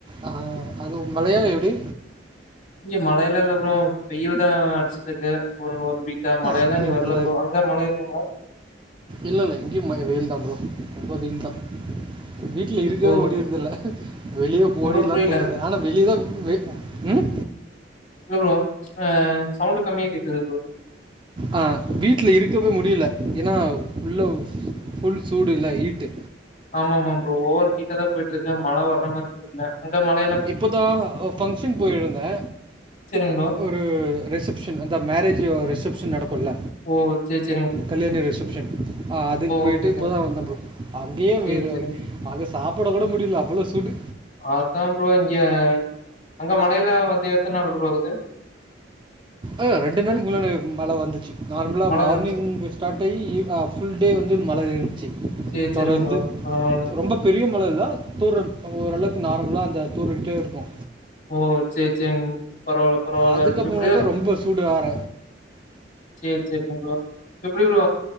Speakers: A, on the right (about 25°); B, on the left (about 45°).
A: ஆ அங்க மழையா எப்டி
B: இங்க மழையில இல்ல ப்ரோ வெயில்தா அட்ச்சிட்ருக்கு <unintelligible> பீக்கா மழையெல்லா
A: இங்கேயும்
B: இங்க
A: அப்படி
B: வர்ல ப்ரோ அங்கா மழ இருக்கா ப்ரோ
A: இல்ல இல்ல இங்கையு ம வெயில்ன் ப்ரோ ரொம்ப வெயில்தா வீட்ல இருக்கவே
B: ஓ
A: முடியறதில்ல வெளியே போடிற்லானு
B: இல்ல ப்ரோ புரியல
A: தோணுது ஆனா வெளியவே வெ ம்
B: இல்ல ப்ரோ அ சவுண்ட்டு கம்மிய கேக்குது ப்ரோ
A: ஆ வீட்ல இருக்கவே முடியல ஏனா உள்ள ஃபுல் சூடு இல்ல ஹீட்டு
B: ஆமா ஆமா ப்ரோ ஓவரு ஹீட்டாதா போயிட்டுருக்கு மழ வர்ற மாரி தெர்ல அங்க மழ
A: இப்பதா பங்க்ஷன் போயிருந்தே
B: சரிங்க ப்ரோ
A: ஒ ரு ரிசப்ஷன் அத மேரேஜ் ரிசப்ஷன் நடக்குல்ல
B: ஓ சே சே
A: கல்யாணி ரிசப்ஷன் அதுக்கு போயிட்டு
B: ஓகே
A: இப்பதா
B: ஓகே
A: வந்த ப்ரோ அங்கேயே
B: சேரி
A: வேறு
B: சேரிங்க
A: அக சாப்ட கூட முடியல அவ்ளோ சூடு
B: அதா ப்ரோ இங்க அங்க மழையில வந்து எத்தன நாள் ப்ரோ ஆகுது
A: ஆ ரெண்டு நாளைக்கி முன்னாடி மழ வந்துச்சு நார்மலா
B: மழ
A: மார்னிங்
B: வந்துச்சு
A: ஸ்டார்ட் ஆயி ஈவி ஆ ஃபுல்டே வந்து மழ இருந்துச்சு
B: சேரி சேரிங்க
A: தொடர்ந்து
B: ப்ரோ பரவால்ல
A: ரொம்பப் பெரிய மழ இல்ல தூரல் ஓரளவுக்கு நார்மலா அந்த தூரிக்கிட்டே இருக்கு
B: ஓ சே சே பரவாயில்ல பரவாயில்ல
A: அதுக்கப்புறம்
B: எப்டியு
A: பார்த்தா ரொம்ப சூட ஆர
B: சேரி சேரி <unintelligible> எப்டி ப்ரோ